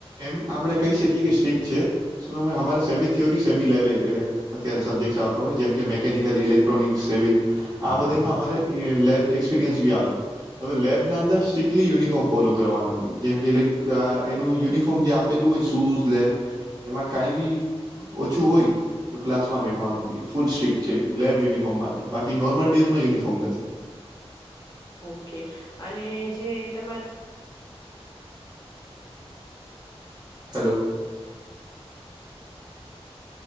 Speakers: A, on the right (about 40°); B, on the left (about 40°).
A: એમ આપણે કહી શકીએ કે સ્ટ્રીક છે, શું હમારે સેમી થિયોરી સેમી લેબ એ એ અત્યારે સબ્જેક્ટ્સ આવતા હોય જેમ કે મેકેનિકલ, ઇલેક્ટ્રોનિક્સ, સિવિલ આ બધેયમાં અમારે એ લેબ એક્સપિરિયન્સ બી આવે, તો અવે લેબના અંદર સ્ટ્રિકક્ટલી યુનિફોર્મ ફોલો કરવાનું હોય જેમ કે ઇલેક્ આ એનું યુનિફો ફોર્મ જે આપેલું હોય શુઝ લેબ એમાં કાંઈ બી ઓછું હોય તો ક્લાસમાં બેઠવાનું <unintelligible> ફૂલ સ્ટ્રીક છે લેબ યુનિફોર્મ માટે, બાકી નોર્મલ ડેઝમાં યુનિફોર્મ નથી.
B: ઓ કે અને જે તમાર
A: હલો.